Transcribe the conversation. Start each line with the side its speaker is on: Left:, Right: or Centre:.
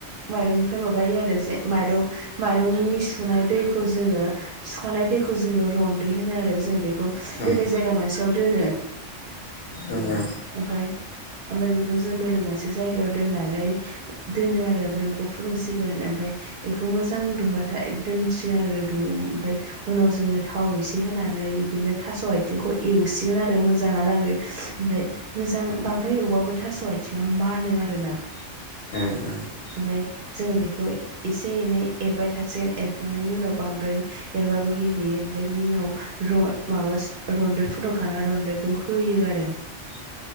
Right: माइरंनिफ्राय माबायो आरो जे माइरं माइरंनि सुनाय दैखौ जों ओ सुखानाय दैखौ जोङो रनदै होनो आरो जों बे खौ
Left: उम
Right: बेलेग जायगा मोनसेयाव दोनो
Left: उम उम
Right: ओमफाय ओमफ्राय बेखौ जों बेलेग मोनसे जायगायाव दोननानै दोनो आरो ओमफ्राय बेखौ फुदुंसिगोन ओमफ्राय बेखौ मोजां दुंबाथाय दोनसिगोन आरो दुं ओमफाय उनाव जोङो थाव इसे होनानै बिदिनो थास' आथिंखौ एवसिगोन आरो मोजाङा गै <unintelligible> ओमफाय मोजां बांद्राय एवबाबो थास' आथिङा मानो आरोना
Left: उम
Right: ओमफाय जोङो बेखौ एसे एनै एरबाय थासिगोन एरखांनायनि उनाव बांद्राय एरबा गेब्लेयो ओमफाय बिनि उनाव रन माबा रनदै फुदुंखाना रनदैखौ होयो आरो
Left: <inaudible>